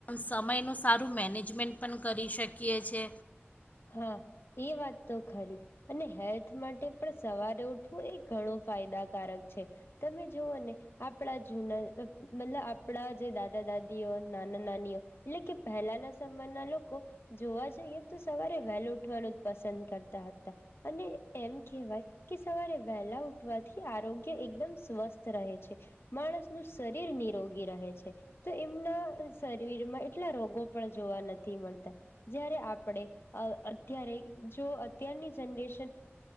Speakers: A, on the left; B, on the left.
A: સમયનું સારું મેનેજમેન્ટ પણ કરી શકીએ છે.
B: હા એ વાત તો ખરી અને હેલ્થ. હ માટે પણ સવારે ઉઠવું એ ઘણું ફાયદાકારક છે તમે જોુવઓ ને આપણા જૂના મતલબ આપણા જે દાદા દાદીઓ નાના નાનીઓ એટલે કે પહેલાના સયના લોકો જોવા જઈએ તો, સવારે વહેલ ઉઠવાનું જ પસંદ કરતા હતા અને એમ કહેવાય કે સવારે વહેલા ઉઠવાથી આરોગ્ય એકદમ સ્વસ્થ રહે છે માણસનુંું શરીર નિરોગી રહે છે તો એમના શરીરમાં એટલા રોગો પણ જોવા નથી મળતા જ્યારે આપણે અ અત્યારે જો અત્યારની જનરેશન